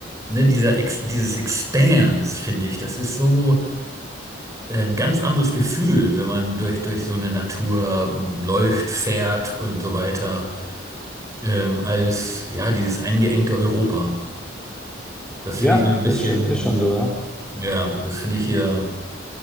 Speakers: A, on the right; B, in the centre.
A: ne, dieser Ex, dieses Expanse, finde ich, das ist so äh, ein ganz anderes Gefühl, wenn man durch, durch so eine Natur läuft, fährt und so weiter, ähm, als ja, dieses eingeengte Europa. Das finde
B: Ja,
A: ich hier ein bisschen,
B: das ist schon, ist schon so, ja.
A: ja, das finde ich hier.